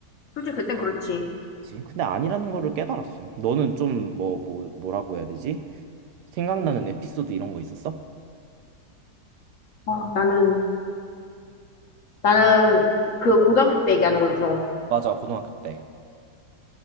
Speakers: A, on the left (about 55°); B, on the right (about 80°).
A: 솔직히 그땐 그렇지.
B: 그치? 근데 아니라는 거를 깨달았어 너는 좀 뭐 뭐 뭐라고 해야 되지 생각나는 에피소드 이런 거 있었어?
A: 어, 나는, 나는 그 고등학교 때 얘기하는 거지, 너.
B: 맞아 고등학교 때